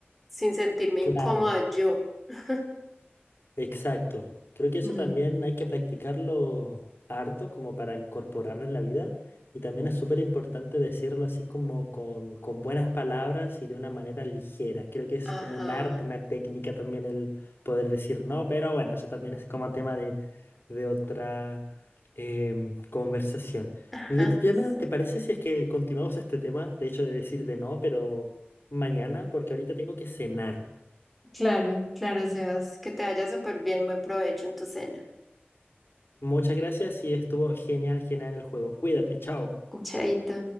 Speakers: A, in the centre; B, on the left.
A: sin sentirme
B: claro.
A: incómoda yo. <laughs>
B: Exacto. Creo que eso
A: Mm,
B: también hay que practicarlo harto como para incorporarlo en la vida. Y también es súper importante decirlo así como con, con buenas palabras y de una manera ligera. Creo que es
A: Ajá,
B: como un arte, una técnica también el poder decir no, pero bueno, eso también es como tema de, de otra em, conversación.
A: <laughs>
B: Mira,
A: ajá,
B: Tatiana,
A: sí.
B: ¿te parece si es que continuamos este tema? De hecho, de decir de no, pero mañana, porque ahorita tengo que cenar.
A: claro, claro, Sebas. Que te vaya súper bien, buen provecho en tu cena.
B: Muchas gracias y estuvo genial, genial el juego. Cuídate, chao.
A: Chaito.